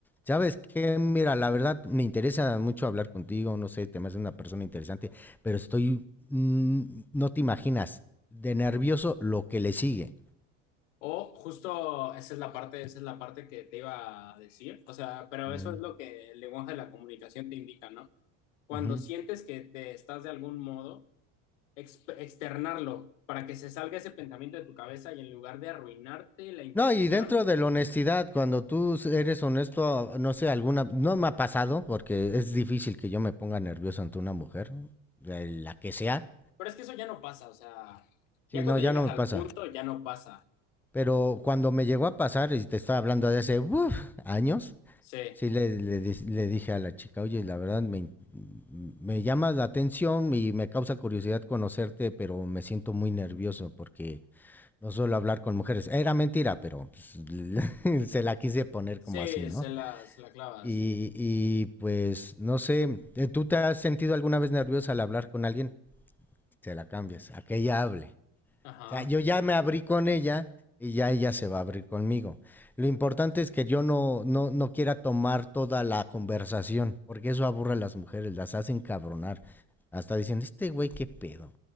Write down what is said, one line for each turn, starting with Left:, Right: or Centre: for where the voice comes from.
Centre: ¿Sabes qué? Mira, la verdad me interesa mucho hablar contigo, no sé, te me haces una persona interesante, pero estoy, mm, no te imaginas, de nervioso lo que le sigue.
Left: O justo esa es la parte, esa es la parte que te iba a decir. O sea, pero
Centre: Ujú,
Left: eso es lo que el lenguaje de la comunicación te indica, ¿no? Cuando
Centre: ujú.
Left: sientes que te estás de algún modo, ex- externarlo para que se salga ese pensamiento de tu cabeza y en lugar de arruinarte la interacción.
Centre: No, y dentro de la honestidad, cuando tú eres honesto, no sé, alguna, no me ha pasado, porque es difícil que yo me ponga nervioso ante una mujer, de la que sea.
Left: Pero es que eso ya no pasa, o sea,
Centre: Sí,
Left: ya cuando
Centre: no, ya
Left: llegas
Centre: no me
Left: al
Centre: pasa.
Left: punto ya no pasa.
Centre: Pero cuando me llegó a pasar, y te estaba hablando de hace uf, años,
Left: Sí,
Centre: sí le, le di- le dije a la chica, oye, la verdad me, in- me llamas la atención y me causa curiosidad conocerte, pero me siento muy nervioso porque no suelo hablar con mujeres. Era mentira, pero pues, <laughs> se la quise poner
Left: sí,
Centre: como así, ¿no?
Left: se la, se la clavas.
Centre: Y, y pues, no sé, eh, ¿tú te has sentido alguna vez nerviosa al hablar con alguien? Se la cambias, a que ella hable.
Left: Ajá.
Centre: O sea, yo ya me abrí con ella y ya ella se va a abrir conmigo. Lo importante es que yo no, no, no quiera tomar toda la conversación, porque eso aburre a las mujeres, las hacen cabronar. Hasta dicen, este güey, qué pedo,